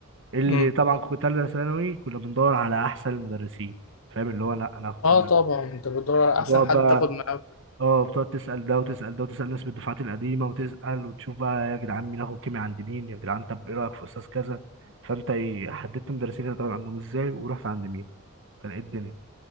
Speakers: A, on the right; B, on the left.
A: إيه اللي
B: امم
A: طبعا كنت ثالثة ثانوي كنا بندور على احسن المدرسين فاهم اللي هو انا انا هاخد كده
B: اه طبعا انت بتدور على
A: وتقعد
B: احسن حد
A: بقى
B: تاخد معاه
A: اه بتقعد تسأل ده وتسأل ده وتسأل ناس بالدفعات القديمة وتسأل وتشوف بقى يا جدعان مين اخد كيمياء عند مين يا جدعان طب ايه رأيك في استاذ كذا فانت ايه حددت مدرسين هتقعد عندهم ازاي ورحت عند مين فلقيت الدنيا